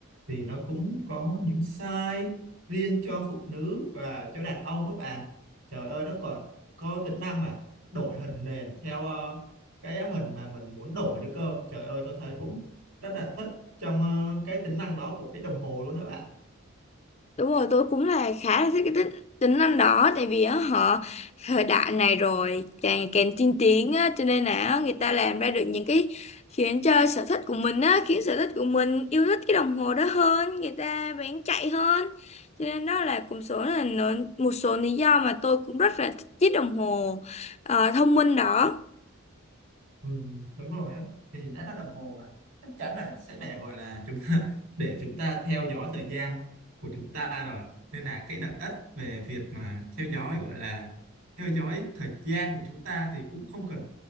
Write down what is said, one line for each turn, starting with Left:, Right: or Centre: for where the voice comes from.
Right: thì nó cũng có những size riêng cho phụ nữ và cho đàn ông các bạn. Trời ơi nó còn có tính năng mà đổi hình nền theo ờ, cái hình mà mình muốn đổi nữa cơ. Trời ơi tôi thấy cũng rất là thích trong ờ, cái tính năng đó của cái đồng hồ luôn đó bạn.
Left: Đúng rồi, tôi cũng là khá là thích cái tính, tính năng đó tại vì á, họ thời đại này rồi càng càng tiên tiến á, cho nên là á, người ta làm ra được những cái khiến cho sở thích của mình á, khiến sở thích của mình yêu thích cái đồng hồ đó hơn, người ta bán chạy hơn. Cho nên đó là cũng số là nó- một số lý do mà tôi cũng rất là thích chiếc đồng hồ ờ, thông minh đó.
Right: Ừ, đúng rồi á thì đã là đồng hồ mà chắc chắn là sẽ để gọi là chúng ta <laughs> để chúng ta theo dõi thời gian của chúng ta rồi nên là cái lợi ích về việc mà theo dõi gọi là theo dõi thời gian của chúng ta thì cũng không cần